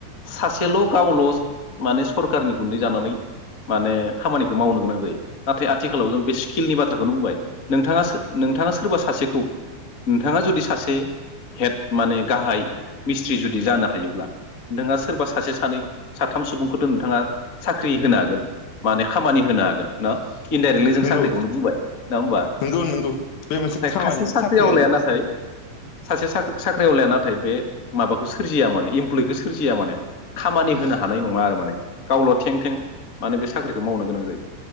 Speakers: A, on the left; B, on the left.
A: सासेल' गावल' माने सरखारनि गुन्दै जानानै माने खामानिखौ मावनो गोनां जायो नाथाय आथिखालाव जों बे स्किलनि बाथ्रा बुंबाय नोंथाङा नोंथाङा सोरबा सासेखौ नोंथाङा जुदि सासे हेद माने गाहाय मिस्थ्रि जुदि जानो हायोब्ला नोङा सोरबा सासे सानै साथाम सुबुंखौथ' नोंथाङा साख्रि होनो हागोन माने खामानि होनो हागोन ना । इनडाइरेक्टलि जों
B: नंगौ
A: साख्रिखौनो बुंबाय । नङा होमबा
B: नंगौ नंगौ बे मोनसे खामानि
A: खासे साख्रि
B: साख्रियानो
A: आवलाया नाथाय सासे साख्रि साख्रियावलाया नाथाय बे माबाखौ सोरजिया माने इमप्लयखौ सोरजिया माने खामानि होनो हानाय नङा आरो माने गावल' थें थें माने बे साख्रिखौ मावनो गोनां जायो